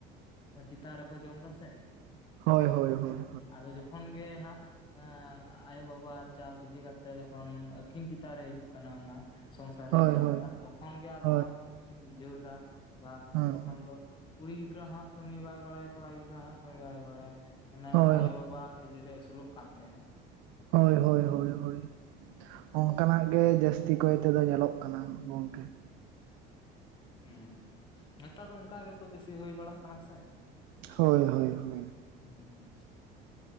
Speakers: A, on the left (about 25°); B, on the right (about 75°).
A: ᱚᱸ ᱪᱮᱛᱟᱱ ᱨᱮᱠᱚ ᱡᱚᱢ ᱫᱟᱥᱮ
B: ᱦᱳᱭ ᱦᱳᱭ ᱦᱳᱭ
A: ᱟᱫᱚ ᱡᱚᱠᱷᱚ ᱛᱚᱠᱷᱚᱱ ᱜᱮ ᱦᱟᱸᱜ, ᱮᱸ ᱟᱭᱳ ᱵᱟᱵᱟᱜ ᱪᱟᱯ ᱤᱫᱤ ᱠᱟᱛᱮᱜ ᱡᱚᱠᱷᱚᱱ ᱟᱹᱠᱤᱱ ᱪᱮᱛᱟᱱ ᱨᱮ ᱦᱤᱡᱩᱜ ᱠᱟᱱᱟ ᱚᱱᱟ, ᱥᱚᱝᱥᱟᱨ ᱨᱮᱭᱟᱜ
B: ᱦᱳᱭ
A: ᱪᱟᱯᱚᱴᱟᱜ
B: ᱦᱳᱭ ᱦᱳᱭ
A: ᱛᱚᱠᱷᱚᱱ ᱜᱮ ᱟᱫᱚ
B: ᱦᱳᱭ
A: ᱦᱟᱸᱜ ᱠᱤᱱ ᱵᱩᱡᱷᱟᱹᱣ ᱫᱟ ᱵᱟᱝ
B: ᱦᱮᱸ
A: ᱛᱚᱠᱷᱚᱱ ᱫᱚ, ᱠᱩᱲᱤ ᱜᱤᱫᱽᱨᱟᱹ ᱦᱟᱸᱜ ᱠᱟᱹᱢᱤ ᱵᱟᱭ ᱵᱟᱲᱟᱭᱟ ᱠᱚᱲᱟ ᱜᱤᱫᱽᱨᱟᱹ ᱦᱟᱸᱜ ᱠᱟᱹᱢᱤ ᱵᱟᱭ ᱵᱟᱲᱟᱭᱟ ᱢᱟᱱᱮ
B: ᱦᱳᱭ
A: ᱟᱭᱳ ᱵᱟᱵᱟᱜ, ᱤᱭᱟᱹᱨᱮ ᱟᱹᱥᱩᱞᱚᱜ ᱠᱟᱱ ᱛᱟᱦᱮᱸ ᱾
B: ᱦᱳᱭ ᱦᱳᱭ ᱦᱳᱭ ᱦᱳᱭ ᱾ ᱚᱱᱠᱟᱱᱟᱜ ᱜᱮ ᱡᱟᱹᱥᱛᱤ ᱠᱟᱭ ᱛᱮᱫᱚ ᱧᱮᱞᱚᱜ ᱠᱟᱱᱟ ᱜᱚᱢᱠᱮ ᱾
A: ᱦᱩᱸ ᱱᱮᱛᱟᱨ ᱫᱚ ᱚᱱᱠᱟ ᱜᱮᱛᱚ ᱵᱮᱥᱤ ᱦᱩᱭ ᱵᱟᱲᱟᱜ ᱠᱟᱱᱟ ᱥᱮ,
B: ᱦᱳᱭ ᱦᱳᱭ ᱦᱳᱭ ᱾
A: ᱦᱩᱸ ᱾